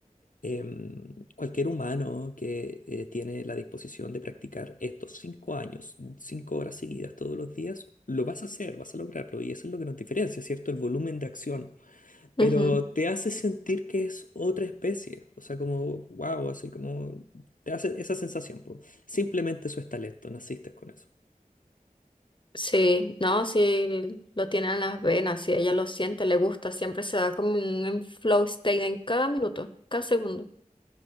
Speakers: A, on the left; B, on the left.
A: em, cualquier humano que eh, tiene la disposición de practicar estos cinco años, cinco horas seguidas todos los días, lo vas a hacer, vas a lograrlo. Y eso es lo que nos diferencia, ¿cierto? El volumen de acción
B: ujú,
A: pero te hace sentir que es otra especie, o sea, como, wow, así como, te hace esa sensación, po. Simplemente eso es talento, naciste con eso.
B: Sí, no, sí, lo tiene en las venas, si ella lo siente, le gusta, siempre se da como un en- flow state en cada minuto, cada segundo.